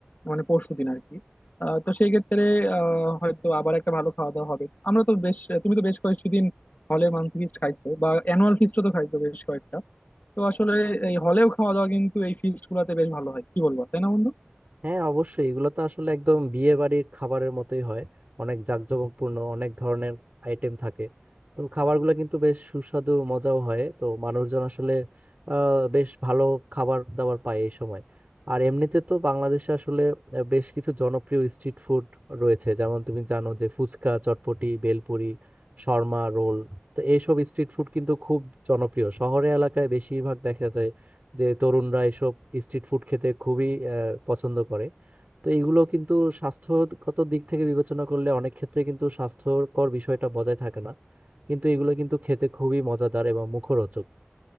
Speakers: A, on the left (about 45°); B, on the right (about 45°).
A: মানে পরশু দিন আর কি আহ, তো সেই ক্ষেত্রে আহ, হয়তো আবার একটা ভালো খাওয়া দাওয়া হবে আমরা তো বেশ তুমি তো বেশ কয়েকদিন হলে মান্থলি ফিস্ট খাইছো বা অ্যানুয়াল ফিস্টও তো খাইছো বেশ কয়েকটা তো আসলে এই হলেও খাওয়া দাওয়া কিন্তু এই ফিস্ট গুলাতে বেশ ভালো হয় কি বলবো তাই না বন্ধু
B: হ্যাঁ অবশ্যই এগুলো তো আসলে একদম বিয়ে বাড়ির খাবারের মতোই হয় অনেক জাঁকজমকপূর্ণ অনেক ধরনের আইটেম থাকে তো খাবারগুলো কিন্তু বেশ সুস্বাদু মজাও হয় তো মানুষজন আসলে আহ, বেশ ভালো খাবার দাবার পায় এই সময় আর এমনিতে তো বাংলাদেশে আসলে আহ, বেশ কিছু জনপ্রিয় স্ট্রিট ফুড রয়েছে যেমন তুমি জানো যে ফুচকা চটপটি বেলপুরি শর্মা রোল তো এইসব স্ট্রিট ফুড কিন্তু খুব জনপ্রিয় শহরে এলাকায় বেশিরভাগ দেখা যায় যে তরুণরা এসব স্ট্রিট ফুড খেতে খুবই পছন্দ করে তো এগুলো কিন্তু স্বাস্থ্যগত দিক থেকে বিবেচনা করলে অনেক ক্ষেত্রে কিন্তু স্বাস্থ্যকর বিষয়টা বজায় থাকে না কিন্তু এগুলো কিন্তু খেতে খুবই মজাদার এবং মুখরোচক